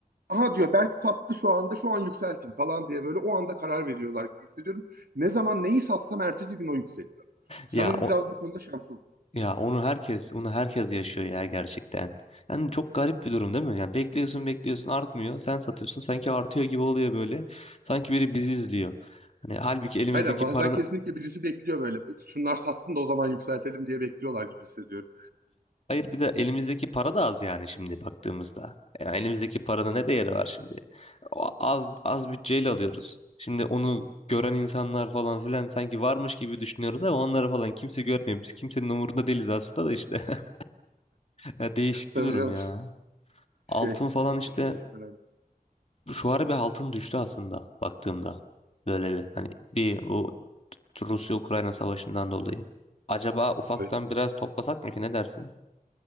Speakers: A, on the right; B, on the left.
A: Aha diyor Berk sattı şu anda şu an yükseltin falan diye böyle o anda karar veriyorlar gibi hissediyorum. Ne zaman neyi satsam ertesi gün o yükseliyor. Sanırım
B: Ya
A: biraz bu konuda şanssız.
B: Ya onu herkes, onu herkes yaşıyor ya gerçekten. Yani çok garip bir durum değil mi? Yani bekliyorsun, bekliyorsun artmıyor. Sen satıyorsun sanki artıyor gibi oluyor böyle. Sanki biri bizi izliyor. Hani halbuki elimizdeki
A: Aynen bazen
B: paranın
A: kesinlikle birisi bekliyor böyle. Şunlar satsın da o zaman yükseltelim diye bekliyorlar gibi hissediyorum.
B: Hayır bir de elimizdeki para da az yani şimdi baktığımızda. Yani elimizdeki paranın ne değeri var şimdi? O az az bütçeyle alıyoruz. Şimdi onu gören insanlar falan filan sanki varmış gibi düşünüyoruz ama onları falan kimse görmüyor. Biz kimsenin umurunda değiliz aslında da işte. <laughs> Ya değişik
A: Tabii
B: bir durum
A: canım
B: ya. Altın
A: şey
B: falan işte
A: üç kuruş falan.
B: Şu ara bir altın düştü aslında baktığımda. Böyle bir hani bir bu Rusya-Ukrayna savaşından dolayı. Acaba ufaktan
A: Öyle,
B: biraz toplasak mı ki ne dersin?